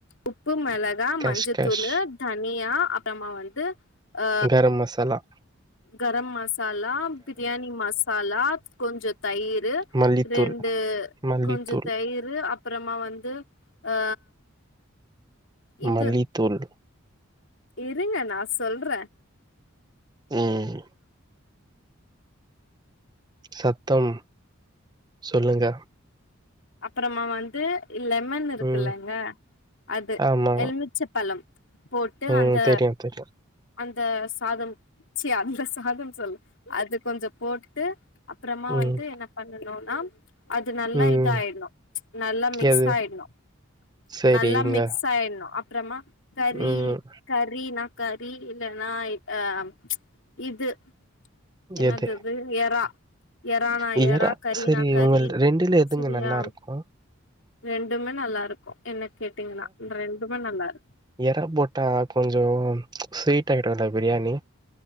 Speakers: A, on the left; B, on the right.
A: உப்பு மெளகா
B: கஷ்கஷ்
A: மஞ்சத்தூளு தனியா அப்புறமா வந் து ஆ
B: கரம் மசாலா
A: கரம் மசாலா பிரியாணி மசாலா கொஞ்ச தயிரு
B: மல்லித்தூள்
A: ரெண்டு
B: மல்லித்தூள்
A: கொஞ்ச தயிரு அப்புறமா வந்து ஆ இது
B: மல்லித்தூள்
A: இருங்க நா சொல்ற
B: ம் சத்தம் சொல்லுங்க
A: அப்புறமா வந்து லெமன் இருக்குல்லங்க
B: ம்
A: அது
B: ஆமா
A: எலுமிச்ச பழம் போட்டு
B: ம்
A: அந்த
B: தெரியு தெரியு
A: அந்த சாதம் அந்த சாதம் சொல்ல அது கொஞ்சம் போட்டு அப்புறமா
B: ம்
A: வந்து என்ன பண்ணணும்னா அது நல்லா
B: ம்
A: இதயிட்ணு நல்லா மிக்ஸ்
B: எது
A: ஆயிட்ணு
B: சரிங்க
A: நல்லா மிக்ஸ் ஆயிடணு அப்புறமா கறி
B: ம்
A: கறி ந அப்படி இல்லன்னா அ இது என்னது
B: எது
A: இது எறா இறானா
B: எறா
A: இறா கறினா
B: சரி
A: கறி
B: உங்கள் எதுங்க
A: சரியா
B: நல்லாருக்கும்?
A: ரெண்டுமே நல்லா இருக்கு என்ன கேட்டீங்கன்னா ரெண்டுமே நல்லா இருக்கு
B: இறா போட்டா கொஞ்சோ ஸ்வீட் ஆகிடோல பிரியாணி